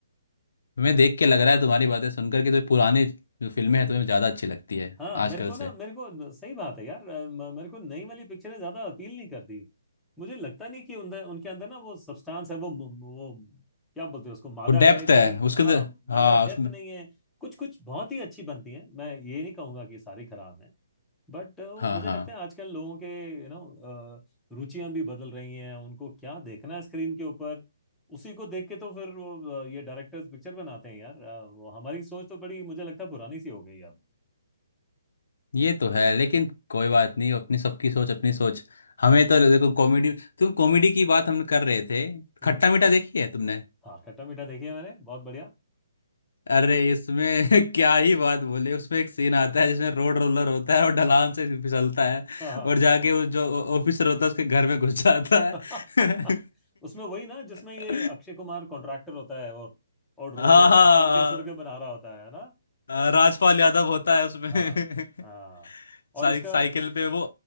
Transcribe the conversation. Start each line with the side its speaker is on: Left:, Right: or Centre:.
Left: तुम्हें देख के लग रहा है तुम्हारी बातें सुनकर के जो पुरानी जो फिल्में हैं तुम्हें ज्यादा अच्छी लगती है
Centre: हाँ मेरे
Left: आजकल
Centre: को
Left: से
Centre: ना मेरे को सही बात है यार अ, म- मेरे को नई वाली पिक्चरें ज्यादा अपील नहीं करती मुझे लगता नहीं कि उनके उनके अंदर ना वो सब्सटेंस है वो वो क्या बोलते हैं उसको मादा
Left: वो डेप्थ
Centre: है कि
Left: है उसके
Centre: हाँ
Left: अंदर
Centre: मादा
Left: हाँ
Centre: डेप्थ
Left: उसमें
Centre: नहीं है कुछ कुछ बहुत ही अच्छी बनती है मैं ये नहीं कहूंगा कि सारी खराब है बट वो
Left: हाँ
Centre: मुझे
Left: हाँ
Centre: लगता है आजकल लोगों के यू नो रुचियां भी बदल रही हैं उनको क्या देखना है स्क्रीन के ऊपर उसी को देख के तो फिर वो अ, ये डायरेक्टर्स पिक्चर बनाते हैं यार अ, वो हमारी सोच तो बड़ी मुझे लगता है पुरानी सी हो गई अब
Left: ये तो है लेकिन कोई बात नहीं अपनी सबकी सोच अपनी सोच हमें तो देखो कॉमेडी तुम कॉमेडी की बात हम कर रहे थे
Centre: हम्म
Left: खट्टा मीठा देखी है तुमने
Centre: हाँ खट्टा मीठा देखी है मैंने बहुत बढ़िया
Left: अरे इसमें <laughs> क्या ही बात बोले उसमें एक सीन आता है जिसमें रोड रोलर होता है और ढलान
Centre: हाँ
Left: से फिसलता है
Centre: हाँ
Left: और जाके वो जो ऑफिसर होता है उसके घर में घुस जाता
Centre: हाँ।
Left: है
Centre: <laughs> उसमें वही ना जिसमें ये
Left: <laughs>
Centre: अक्षय कुमार कॉन्ट्रैक्टर होता है और और रो
Left: हाँ
Centre: रो
Left: हाँ
Centre: सड़के सड़के बना रहा होता है ना
Left: हाँ, राजपाल यादव होता है उसमें <laughs>
Centre: हाँ हाँ और
Left: साइ,
Centre: इसका
Left: साइकिल पे वो,